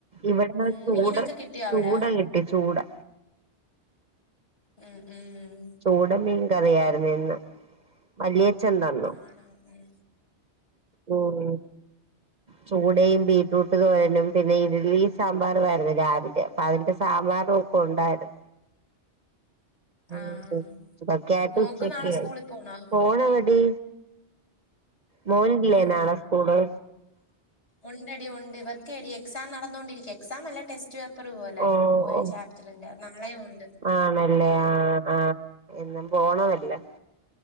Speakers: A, on the right; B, on the left.
A: ഇവിട്ന്ന്
B: ഉം
A: ചൂട്
B: മീനൊക്കെ കിട്ടിയോ
A: ചൂട
B: അവിടെ
A: <unintelligible> ട്ടി ചൂട്
B: ഉം ഉം ഉം
A: ചൂട മീൻ കറിയായിരുന്നു ഇന്ന് വല്ല്യേച്ച എന്താന്ന്
B: ആണോ ഉം
A: ഉം ചൂടയും ബീറ്റ്റൂട്ട് തോരനും പിന്നെ ഇഡലീം സാമ്പാറുവാരുന്നു രാവിലെ അതിന്റെ സാമ്പാറും ഒപ്പം ഒണ്ടാരുന്നു ഉം
B: ആഹ്
A: പ്പ കേട്ടു
B: മോക്ക്
A: ഉച്ചയ്ക്ക്
B: നാളെ സ്കൂളിൽ പോണോ
A: ഫോണ് എവിടി മോനില്ലേ
B: ഉം
A: നാളെ സ്കൂള്
B: ഉണ്ടെടി ഉണ്ട് ഇവർക്കെടി എക്സാം നടന്നുകൊണ്ടിരിക്ക എക്സാം അല്ല ടെസ്റ്റ് പേ പ്പറു പോലെ
A: ഓഹ്
B: ഒരേ
A: ഓഹ്
B: ചാപ്റ്ററിന്റെ നാളെയും ഒണ്ട്
A: ആണല്ലേ ആഹ് ആഹ് എന്നും പോണവല്ലോ